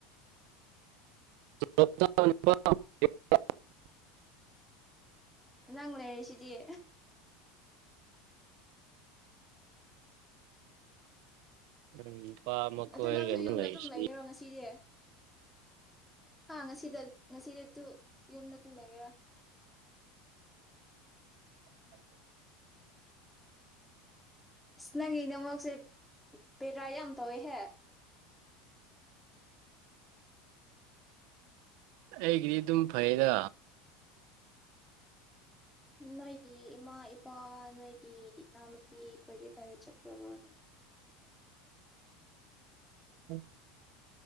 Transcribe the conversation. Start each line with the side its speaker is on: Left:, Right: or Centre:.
Right: <unintelligible>
Centre: ꯅꯪ ꯂꯩꯔꯁꯤꯗꯤ
Right: ꯎꯝ ꯄꯃꯛ
Centre: ꯑꯗꯨ
Right: ꯑꯣꯏꯔ
Centre: ꯅꯪꯁꯨ ꯌꯨꯝꯗ
Right: ꯃꯩꯁ
Centre: ꯑꯗꯨꯝ ꯂꯩꯒꯦꯔꯣ ꯉꯁꯤꯗꯤ ꯍꯥ ꯉꯁꯤꯗ ꯉꯁꯤꯗ ꯑꯗꯨꯗꯨ ꯌꯨꯝꯅ ꯊꯨꯝ ꯂꯩꯒꯦꯔꯥ ꯑꯁ ꯅꯪꯒꯤ ꯅꯃꯛꯁꯦ ꯕꯦꯔꯥ ꯌꯥꯝ ꯇꯧꯋꯦꯍꯦ
Right: ꯑꯩꯒꯤꯗꯤ ꯑꯗꯨꯝ ꯐꯩꯗ
Centre: ꯅꯣꯏꯒꯤ ꯏꯃꯥ ꯏꯄꯥ ꯅꯣꯏꯒꯤ ꯏꯅꯥꯎꯅꯨꯄꯤ ꯀꯣꯏꯗ ꯀꯥꯏꯗ ꯆꯠꯈ꯭ꯔꯕ꯭ꯔꯣꯅꯦ
Right: ꯎꯝ